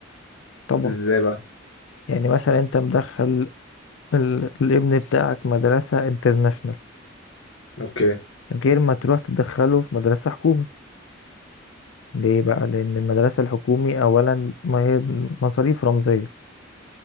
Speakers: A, on the left (about 80°); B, on the left (about 70°).
A: طبعا
B: ازاي بقى
A: يعني مثلا أنت مدخل ال- الابن بتاعك مدرسة انترناشونال
B: اوكي
A: غير ما تروح تدخله في مدرسة حكومي ليه بقى؟ لأن المدرسة الحكومي أولا ما هي مصاريف رمزية